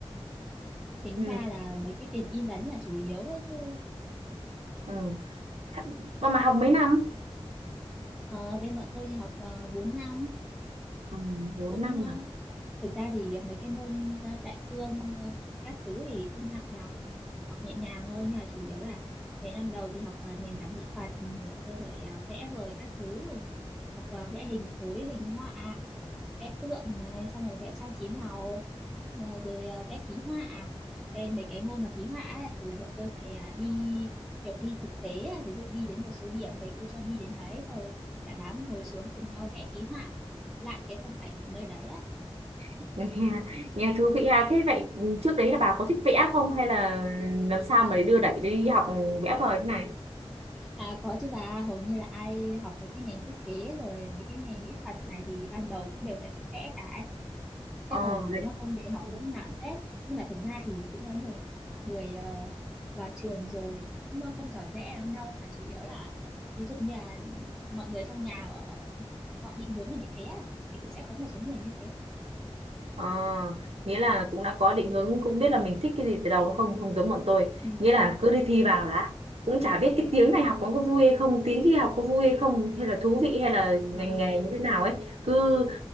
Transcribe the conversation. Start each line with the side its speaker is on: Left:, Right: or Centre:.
Centre: tính
Right: Ừ.
Centre: ra là mấy cái tiền in ấn là chủ yếu ấy chứ
Right: ừ mà mà học mấy năm
Centre: Ờ, bên bọn tôi thì học uh, 4 năm
Right: Ừ. bốn
Centre: cũng
Right: năm
Centre: ờ,
Right: à
Centre: thực ra thì mấy cái môn ờ, đại cương ờ, các thứ thì không nặng lắm học nhẹ nhàng thôi nhưng mà chủ yếu là mấy năm đầu thì học ờ, nền tảng mỹ thuật thì bọn tôi phải ờ, vẽ vời các thứ học ờ, vẽ hình khối hình họa vẽ tượng này xong rồi vẽ trang trí màu ờ, rồi ờ, vẽ ký họa đây mấy cái môn mà ký họa ấy, thì là bọn tôi phải ờ, đi kiểu đi thực tế ấy. ví dụ đi đến một số điểm thầy cô cho đi đến đấy xong rồi cả đám ngồi xuống cùng nhau vẽ ký họa lại cái phong cảnh của nơi đấy á
Right: <laughs> nghe, nghe thú vị à thế vậy ừ, trước đấy là bà có thích vẽ không hay là làm sao mà để đưa đẩy đi học vẽ vời thế này
Centre: à có chứ bà hầu như là ai học mấy cái ngành thiết kế rồi mấy cái ngành mỹ thuật này thì ban đầu cũng đều phải thích vẽ cả ấy.
Right: ờ
Centre: chứ còn
Right: vậy.
Centre: nếu mà không để học
Right: Ừ.
Centre: cũng nản phết nhưng mà thực ra thì cũng có nhiều người ờ, vào trường rồi cũng ờ, không giỏi vẽ lắm đâu mà chủ yếu là ví dụ như là mọi người trong nhà ở- họ định hướng là như thế á, thì cũng sẽ có một số người như thế
Right: Ờ, nghĩa là cũng đã có định hướng cũng biết là mình thích cái gì từ đầu đúng không không giống bọn tôi
Centre: Ừ.
Right: nghĩa là cứ đi thi vào đã cũng chả biết cái tiếng này học nó có vui hay không tiếng kia học có vui hay không hay là thú vị hay là ngành
Centre: Ờ.
Right: nghề như thế nào ấy cứ